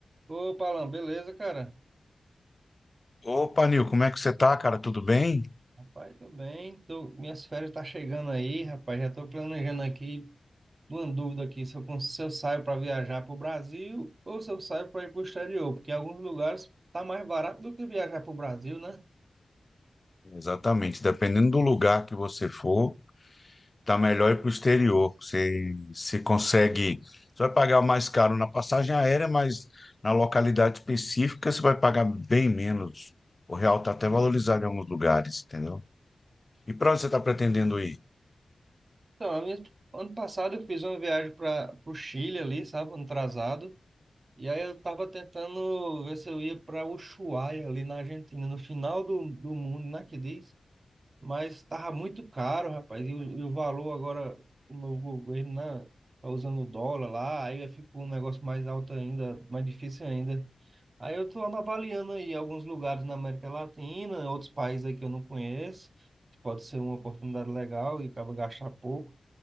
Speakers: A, on the right; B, on the left.
A: Opa, Alan, beleza, cara?
B: Opa, Nil, como é que você tá, cara? Tudo bem?
A: Rapaz, tô bem. Tô... Minhas férias tá chegando aí, rapaz. Já tô planejando aqui, uma dúvida aqui, se eu, cons- se eu saio para viajar pro Brasil ou se eu saio para ir pro exterior, porque em alguns lugares tá mais barato do que viajar pro Brasil, né?
B: Exatamente. Dependendo do lugar que você for, tá melhor ir para o exterior. Você se consegue. Você vai pagar mais caro na passagem aérea, mas na localidade específica você vai pagar bem menos. O real tá até valorizado em alguns lugares, entendeu? E para onde você está pretendendo ir?
A: Então, a minha... ano passado eu fiz uma viagem para pro Chile ali, sabe, ano atrasado. E aí eu tava tentando ver se eu ia para Ushuaia ali na Argentina, no final do, do mundo, né, que diz? Mas tava muito caro, rapaz. E o, e o valor agora, o novo governo, né? Tá usando o dólar lá, aí fica um negócio mais alto ainda, mais difícil ainda. Aí eu tô avaliando aí alguns lugares na América Latina, outros países aí que eu não conheço, que pode ser uma oportunidade legal e acaba gastar pouco.